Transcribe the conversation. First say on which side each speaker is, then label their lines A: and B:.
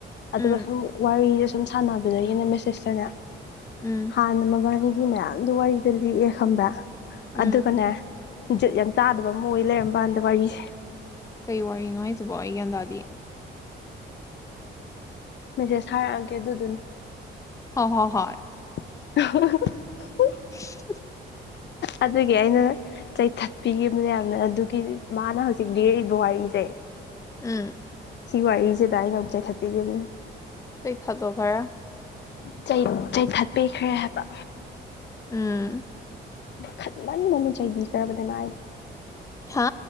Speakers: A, on the left (about 60°); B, on the left (about 15°).
A: ꯑꯗꯨꯒ
B: ꯎꯝ
A: ꯁꯨꯝ ꯋꯥꯔꯤꯁꯦ ꯁꯨꯝ ꯁꯥꯟꯅꯕꯗꯒꯤꯅꯦ ꯃꯦꯁꯦꯁꯇꯅꯦ
B: ꯎꯝ
A: ꯍꯥꯟꯅ ꯃꯕꯥ ꯃꯌꯥꯝꯗꯣ ꯋꯥꯔꯤꯗ ꯂꯤꯛꯑꯦ ꯈꯪꯕ꯭ꯔ
B: ꯎꯝ
A: ꯑꯗꯨꯒꯅꯦ ꯠ ꯌꯥꯝ ꯆꯥꯗꯕ ꯑꯃ ꯑꯣꯏ ꯂꯩꯔꯝꯕꯥꯟꯗ ꯋꯥꯔꯤꯁꯦ
B: ꯀꯩ ꯋꯥꯔꯤꯅꯣ ꯆꯕꯒꯗꯥꯗꯤ
A: ꯃꯦꯁꯦꯁ ꯊꯔꯛꯑꯒꯦ ꯑꯗꯨꯗꯨꯅ
B: ꯍ ꯍꯣ ꯍꯣꯏ
A: <inaudible>
B: <inaudible>
A: ꯑꯗꯨꯒꯤ ꯑꯩꯅ ꯆꯩꯊꯛꯄꯤꯈꯤꯕꯅꯦ ꯌꯥꯝꯅ ꯑꯗꯨꯒꯤ ꯃꯥꯅ ꯍꯧꯖꯤꯛ ꯂꯤꯔꯛꯏꯕ ꯋꯥꯔꯤꯁꯦ ꯇ
B: ꯎꯝ
A: ꯁꯤ ꯋꯥꯔꯤꯁꯤꯗ ꯑꯩꯅ ꯑꯃꯨꯛ ꯆꯥꯏꯈꯠꯄꯤꯈꯤꯕꯅꯦ
B: ꯀꯩ ꯊꯗ ꯈꯔ
A: ꯆꯩ ꯆꯩ ꯊꯠꯄꯤꯈ꯭ꯔꯦ ꯍꯥꯏꯕ
B: ꯎꯝ
A: ꯈꯟꯃꯟꯗꯅ ꯆꯩꯕꯤꯈ꯭ꯔꯕꯅꯦ ꯃꯥꯥꯏ
B: ꯍꯥ